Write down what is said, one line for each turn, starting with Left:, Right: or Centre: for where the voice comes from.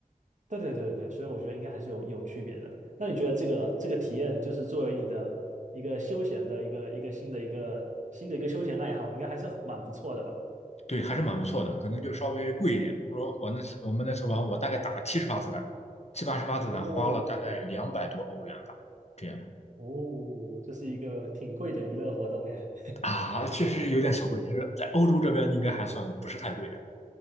Right: 对对对对对，所以我觉得应该还是有有区别的。那你觉得这个这个体验，就是作为你的一个休闲的一个一个新的一个新的一个休闲爱好，应该还是蛮不错的吧？
Left: 对，还是蛮不错的，可能就稍微贵一点。比如说我那次我们那次玩，我大概打了七十发子弹，七八十发子弹，
Right: 哦
Left: 花了大概两百多欧元吧，这样
Right: 哦，这是一个挺贵的娱乐活动哎。
Left: 啊，确实有点小贵。其实，在欧洲这边应该还算不是太贵的。